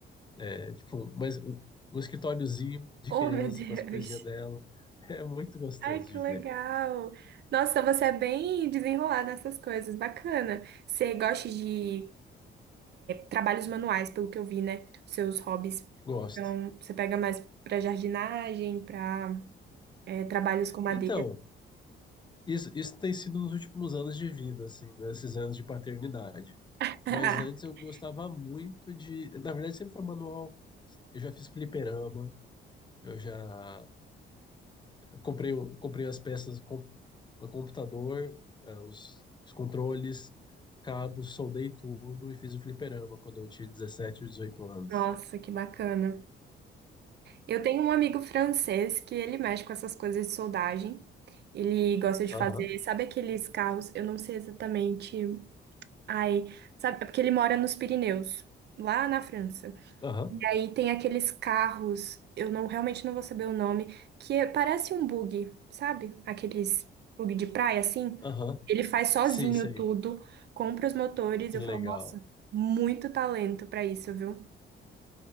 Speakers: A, on the left (about 25°); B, on the right (about 60°).
A: é, tipo, mas um, um escritóriozinho de
B: Oh,
A: criança
B: meu Deus.
A: com as coisinhas dela. <laughs> É muito gostoso
B: Ai, que
A: de
B: legal!
A: ver.
B: Nossa, você é bem desenrolada nessas coisas, bacana. Você gosta de trabalhos manuais, pelo que eu vi, né? Seus hobbies.
A: Gosto.
B: Então, você pega mais pra jardinagem, pra é, trabalhos com madeira.
A: Então. Isso, isso tem sido nos últimos anos de vida, assim, nesses anos de paternidade.
B: <laughs>
A: Mas antes eu gostava muito de. Na verdade, sempre foi manual. Eu já fiz fliperama, eu já comprei, o- comprei as peças com o computador, eh, os, os controles, cabos, soldei tudo e fiz o fliperama quando eu tinha 17 ou 18 anos.
B: Nossa, que bacana. Eu tenho um amigo francês que ele mexe com essas coisas de soldagem. Ele gosta de
A: Aham,
B: fazer, sabe aqueles carros? Eu não sei exatamente. Ai, sabe? É porque ele mora nos Pirineus, lá na França.
A: aham,
B: E aí tem aqueles carros, eu não realmente não vou saber o nome, que é- parece um bug, sabe? Aqueles bug de praia assim.
A: aham.
B: Ele faz sozinho
A: Sim, sei.
B: tudo, compra os motores.
A: Que
B: Eu
A: legal.
B: falo, nossa, muito talento pra isso, viu?